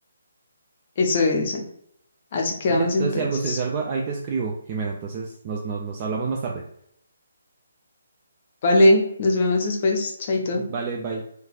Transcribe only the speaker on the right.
Dale, entonces
si algo, si si algo ahí te escribo, Jimena, entonces nos, nos, nos hablamos más tarde.
Vale, bye.